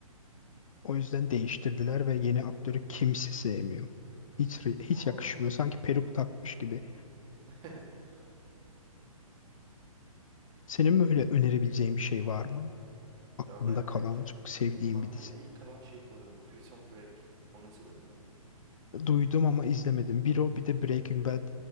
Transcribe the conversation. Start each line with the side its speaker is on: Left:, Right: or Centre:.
Left: O yüzden değiştirdiler ve yeni aktörü kimse sevmiyor. Hiç, hiç
Right: Aa.
Left: yakışmıyor. Sanki peruk takmış gibi.
Right: <laughs>
Left: Senin böyle önerebileceğin bir şey var mı? Aklında
Right: Ya ben
Left: kalan
Right: direkt
Left: çok sevdiğin
Right: benim aklıma
Left: bir dizi.
Right: ilk kalan şey kalıyor. Prison Break. Onu izledin mi?
Left: Duydum ama izlemedim. Bir o bir de Breaking Bad